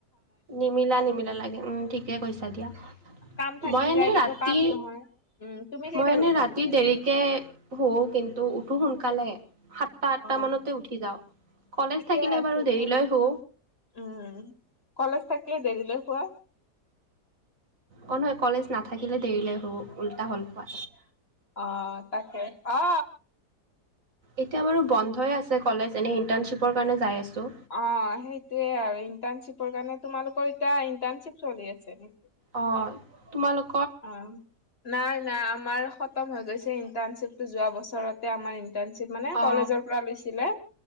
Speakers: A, on the right; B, on the left.
A: নিমিলা নিমিলা লাগে উম ঠিকে কৈছা দিয়া।
B: কাম থাকি
A: মই এনেই
B: যায় কিন্তু
A: ৰাতি,
B: কাম নহয় উম তুমি কেইটাত
A: মই এনেই
B: উঠা
A: ৰাতি
B: পিছে
A: দেৰিকে শু কিন্তু উঠো সোনকালে সাতটা আঠটা
B: অ
A: মানতে উঠি যাওঁ। কলেজ
B: ঠিকে
A: থাকিলে
B: আছে
A: বাৰু
B: দিয়া
A: দেৰিলৈ শু।
B: উম কলেজ থাকিলে দেৰিলে শুৱা?
A: অ নহয় কলেজ নাথাকিলে দেৰিলে শু। হ'ল কোৱা।
B: <inaudible> অ তাকে অ।
A: এতিয়া বাৰু বন্ধই আছে কলেজ, এনেই ইণ্টাৰ্ণশ্বিপৰ কাৰণে যাই আছোঁ।
B: অ সেইটোৱে আৰু ইণ্টাৰণশ্বিপৰ কাৰণে, তোমালোকৰ এতিয়া ইণ্টাৰ্ণশ্বিপ চলি আছে নেকি?
A: অ, তোমালোক
B: অ নাই নাই আমাৰ খতম হৈ গৈছে ইণ্টাৰ্ণশ্বিপটো যোৱা বছৰত। আমাৰ ইন্টাৰ্ণশ্বিপ মানে
A: অ
B: কলেজৰ পৰা লৈছিলে